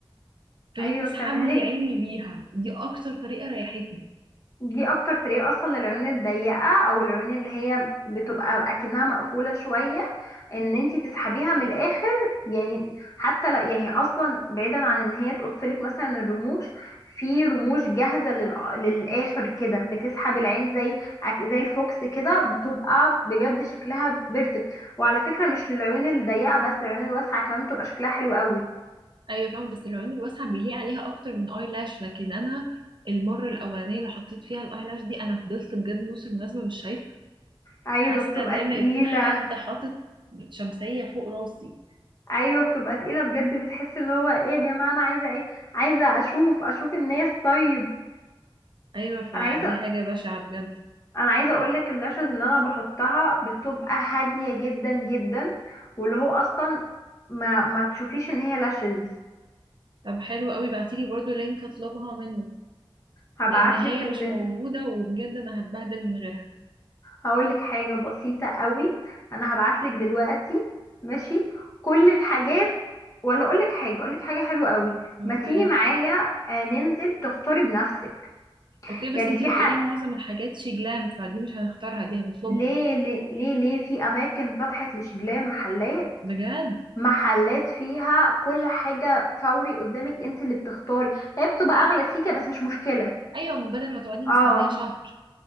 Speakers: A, on the right (about 55°); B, on the left (about 35°).
A: فهي
B: ايوه
A: بتسحب
B: بتعملها
A: لي
B: لك
A: عيني بيها دي اكتر طريقه ريحتني
B: دي اكتر طريقة اصلا للعيون الضيقة او العيون اللي هي بتبقى اكنها مقفولة شوية ان انتي تسحبيها من الاخر يعني حتى لو يعني اصلا بعيدا عن ان هي تقصلك مثلا الرموش في رموش جاهزة لل... للاخر كده بتسحب العين زي أك- زي الفوكس كده بتبقى بجد شكلها بيرفكت وعلى فكرة مش للعيون الضيقة بس العيون الواسعة كمان بتبقى شكلها حلو قوي
A: ايوه فاهم بس العيون الواسعه بيليق عليها اكتر من اي لاش لكن انا المره الاولانيه اللي حطيت فيها الاي لاش دي انا فضلت بجد نص المناسبه مش شايفه
B: ايوه
A: حاسه
B: بتبقى
A: زي
B: تقيلة
A: ما يكون حد حاطط شمسيه فوق راسي
B: ايوه بتبقى تقيله بجد بتحس اللي هو ايه يا جماعه انا عايزه ايه عايزه اشوف اشوف الناس طيب
A: ايوه فدي
B: انا عايزه
A: حاجه بشعه بجد
B: انا عايزه اقول لك اللاشز اللي انا بحطها بتبقى هاديه جدا جدا واللي هو اصلا ما ما تشوفيش ان هي لاشز
A: طب حلو قوي بعتيلي برضو لينك اطلبها منه
B: هبعت
A: لان هي
B: لك اللي
A: مش موجوده وبجد انا هتبهدل من غيرها
B: هقول لك حاجه بسيطه قوي انا هبعت لك دلوقتي ماشي كل الحاجات ولا اقول لك حاجه اقول لك حاجه حلوه قوي
A: اوكي
B: ما تيجي معايا آه، ننزل تختاري بنفسك
A: اوكي بس
B: يعني
A: انتي
B: في حق
A: بتقولي معظم الحاجات شي جلام فدي مش هنختارها دي هنطلبها
B: ليه ليه ليه ليه في اماكن فتحت لشبلان محلات
A: بجد
B: محلات فيها كل حاجة فوري قدامك انت اللي بتختاري هي بتبقى اغلى سيكة بس مش مشكلة
A: ايوه من بدل ما تقعدي
B: اه
A: مستنيه شهر